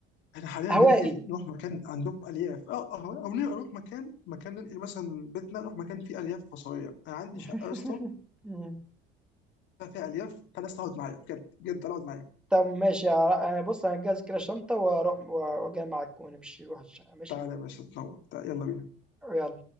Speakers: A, on the left; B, in the centre.
A: احنا حاليا
B: هوائي.
A: ننقل نروح مكان عندهم الياف اه اه او ننقل نروح مكان مكان ننقل مثلا بيتنا نروح مكان فيه الياف فصليه انا عندي
B: <laughs>
A: شقه يا اسطى
B: إمم.
A: فيها الياف فالناس تقعد معايا بجد بجد تعالى اقعد معايا
B: طب ماشي أنا بص هنجهز كده شنطة وأروح وأجي معاك ونمشي نروح الشقة ماشي
A: تعالى يا باشا تنور تعالى، يلا بينا
B: يلا